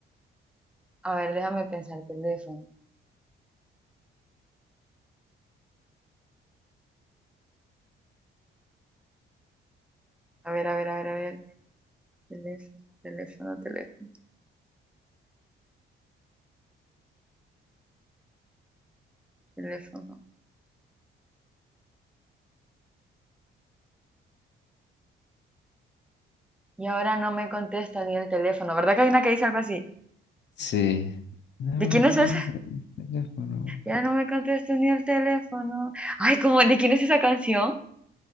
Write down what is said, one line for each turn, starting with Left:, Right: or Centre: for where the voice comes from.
Centre: A ver, déjame pensar, teléfono. A ver, a ver, a ver, a ver. Teléfono, teléfono, teléfono, teléfono. Y ahora no me contesta ni el teléfono. ¿Verdad que hay una que dice algo así?
Left: Sí. Dame
Centre: ¿De quién
Left: acá
Centre: es esa?
Left: el teléfono.
Centre: Ya no me contesta ni el teléfono. Ay, ¿cómo? ¿De quién es esa canción?